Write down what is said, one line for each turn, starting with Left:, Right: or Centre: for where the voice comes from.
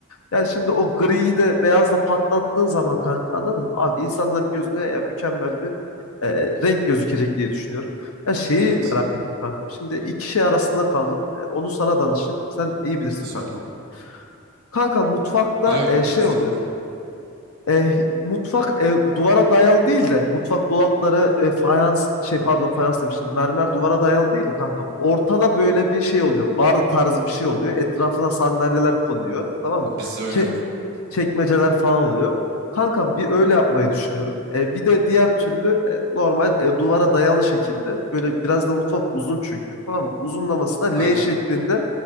Left: Yani şimdi o griyi de beyazla patlattığın zaman kanka anladın mı? Abi insanların gözüne ya mükemmel bir e, renk gözükecek diye düşünüyorum. Ya şeyi
Right: Evet.
Left: merak ettim kankam. Şimdi iki şey arasında kaldım. E, onu sana danışayım. Sen iyi bilirsin
Right: Söyle.
Left: kankam. Kanka mutfakta
Right: Biliyorum
Left: e,
Right: onu.
Left: şey
Right: Müstakbel.
Left: oluyor. E, mutfak e, duvara dayalı değil de mutfak dolapları e, fayans şey pardon fayans demişim mermer duvara dayalı değil de kankam. Ortada böyle bir şey oluyor. Bar tarzı bir şey oluyor. Etrafına sandalyeler konuyor. Tamam mı?
Right: Biz de öyle
Left: Çe-
Right: aynen.
Left: çekmeceler falan oluyor. Kankam bir öyle yapmayı düşünüyorum. E, bir de diğer türlü e, normal e, duvara dayalı şekilde böyle biraz da mutfak uzun çünkü tamam mı? Uzunlamasına L
Right: Aynen.
Left: şeklinde